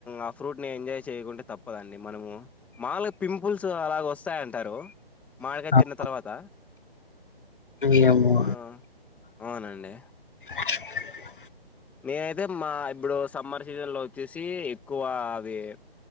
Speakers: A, in the centre; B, on the left.
A: ఆ ఫ్రూట్ ని ఎంజాయ్ చేయకుంటే తప్పదండి మనము మామూలుగా. పింపుల్స్ అలాగ వస్త వస్తాయంటారు మామిడికాయ
B: అవునండి
A: తిన్న తర్వాత
B: ఏమో
A: ఆ! అవునండి
B: టీవీ సౌండ్
A: నేనైతే మా ఇప్పుడు సమ్మర్ సీజన్ లో వచ్చేసి ఎక్కువ అది